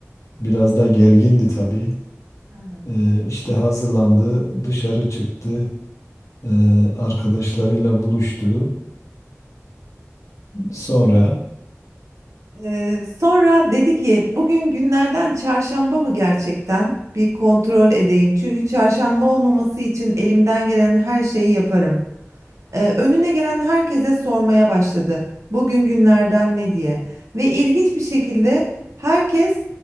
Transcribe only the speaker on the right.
Hı hı.
Ee, sonra dedi ki bugün günlerden çarşamba mı gerçekten? Bir kontrol edeyim. Çünkü çarşamba olmaması için elimden gelen her şeyi yaparım. Ee, önüne gelen herkese sormaya başladı. Bugün günlerden ne diye. Ve ilginç bir şekilde herkes